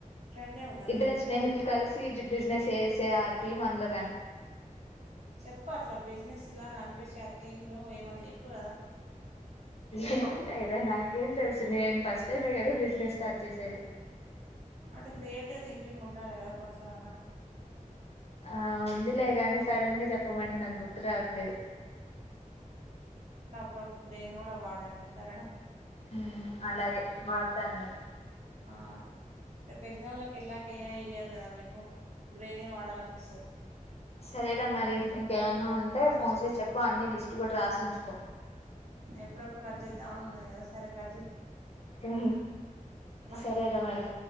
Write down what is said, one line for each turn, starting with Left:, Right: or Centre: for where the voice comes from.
Right: ట్రెండే ఉందా
Left: ఇద్దరి
Right: నువ్వు చెప్పింది
Left: స్నేహితులు కలిసి బిజినెస్ ఏసే ఆతి మందలో
Right: చెప్ప అట్లా బిజినెస్ లాగా అనిపించ ఆ థీమ్ ను ఏమన్నా చెప్పు కదా
Left: ఏ ఉంటాయిరా నాకేం తెలుసు నేను ఫస్ట్ టైమే కదా బిజినెస్ స్టార్ట్ చేసేది
Right: అంటే క్రియేటివ్ థింకింగ్ ఉండాలి కదా కొంచెం అన్నా
Left: ఆ ఉందిలే గానీ సడన్ గా చెప్పమంటే నాకు గుర్తు రావట్లేదు
Right: బ బ్రెయిన్ కూడా వాడండి సరేనా
Left: ఉ అలాగే వాడతాలే
Right: ఆ రేపు ఎగ్జామ్ లోకి వెళ్ళాక కే ఇయ్యారు కదా మీకు బ్రెనే వాడాల్సి వస్తది
Left: సరేట మరి ఇంకేమైన్నా ఉంటే ఫోన్ చేసి చెప్పు అన్ని లిస్ట్ కూడా రాసి ఉంచుకో
Right: ఎప్పుడెప్పుడు కట్ చేద్దామని ఉన్నాది కదా సరే కట్ చెయ్
Left: ఉ
Right: బాయ్
Left: సరే రా మరి